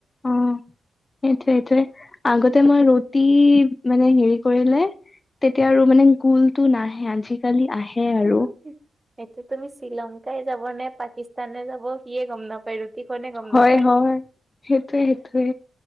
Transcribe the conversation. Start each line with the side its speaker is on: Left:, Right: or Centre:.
Left: অ'। সেইটোৱে, এইটোৱে আগতে মই ৰুটি মানে হেৰি কৰিলে তেতিয়া আৰু মানে গোলটো নাহে, আজি কালি আহে। আৰু
Right: ইও হু, সেইটো তুমি শ্ৰীলংকাই যাব নে পাকিস্তানে যাব সিয়ে গম নাপায় আৰু। টিখনে গম
Left: হয়
Right: নাপায়,
Left: হয় সেইটোৱে সেইটোৱে